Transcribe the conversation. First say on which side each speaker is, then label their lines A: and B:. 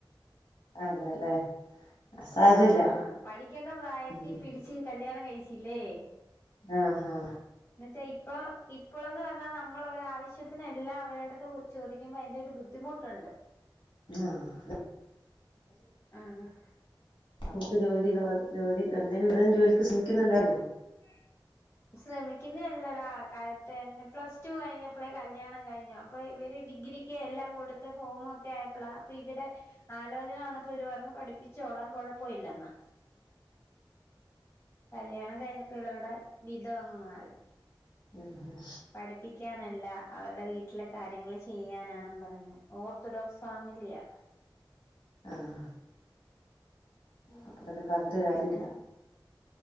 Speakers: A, on the left; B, on the left.
A: അതെല്ലേ സാരല്ല
B: ആഹ് പഠിക്കേണ്ട പ്രായത്തി
A: ഉം
B: പിടിച്ച് കല്യാണം കഴിച്ചില്ലേ
A: ആഹ് ആഹ്
B: ന്നു വെച്ചാ ഇപ്പ ഇപ്പളെന്നു പറഞ്ഞാ നമ്മള് ഒരാവിശ്യത്തിനല്ല അവരെടുത്ത് ചോദിക്കുമ്പോ അതിന്റെ ഒരു ബുദ്ധ് ദ്ധിമുട്ടുണ്ട്.
A: ആഹ്
B: ആഹ് ആഹ്
A: നമുക്ക് ജോലി ജോലി എന്തെങ്കിലു ജോലിക്ക് ശ്രമിക്കുന്നുണ്ടാര്ന്നോ
B: മ ശ്രമിക്കുന്ന അല്ലടാ കാലത്തെ പ്ലസ് ടു കഴിഞ്ഞപ്പളെ കല്യാണം കഴിഞ്ഞു അപ്പോൾ ഇവര് ഡിഗ്രിക്ക് എല്ലാം കൊടുത്ത് ഫോമൊക്കെ ആയപ്പളാ ഇപ്പോ ഇവിടെ ആലോചന വന്നപ്പോ ഇവര് പറഞ്ഞു പഠിപ്പിച്ചോളാ കൊഴപ്പ ഇല്ലെന്ന് കല്യാണം കഴിഞ്ഞപ്പോ ഇവരുടെ വിധ അങ്ങ് മാറി
A: ഉം ഉം
B: പഠിപ്പിക്കാനല്ല അവരുടെ വീട്ടിലെ കാര്യങ്ങള് ചെയ്യാനാന്നും പറഞ്ഞ് ഓർത്തഡോക്സ് ഫാമിലിയ
A: ആഹ് അപ്പ പിന്നെ പറഞ്ഞിട്ട് കാര്യല്ല
B: പിന്നെ